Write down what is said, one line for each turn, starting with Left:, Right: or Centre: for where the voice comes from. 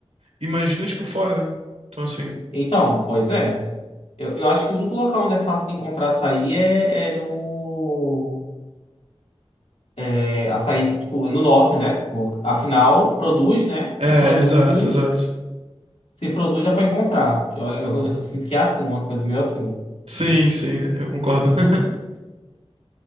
Right: Imagina, tipo, fora, né? Então, assim.
Left: Então, pois é. Eu, eu acho que o único local onde é fácil de encontrar açaí é, é no. É açaí, tipo, é no norte, né? Tipo, afinal, produz, né? Se
Right: É,
Left: produz,
Right: exato, exato.
Left: se produz dá pra encontrar. Eu, eu, <laughs> eu sinto que é assim, uma coisa meio assim.
Right: Sim, sim, eu concordo. <laughs>